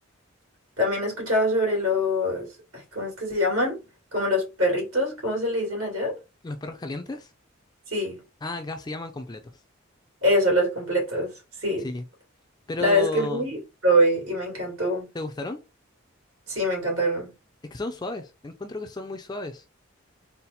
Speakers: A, on the right; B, on the left.
A: también he escuchado sobre los, ay, ¿cómo es que se llaman? Como los perritos, ¿cómo se le dicen allá?
B: ¿Los perros calientes?
A: Sí,
B: Ah, acá se llaman completos.
A: eso, los completos. Sí.
B: Sí. Pero,
A: La vez que fui, probé y me encantó.
B: ¿te gustaron?
A: Sí, me encantaron.
B: Es que son suaves. Encuentro que son muy suaves.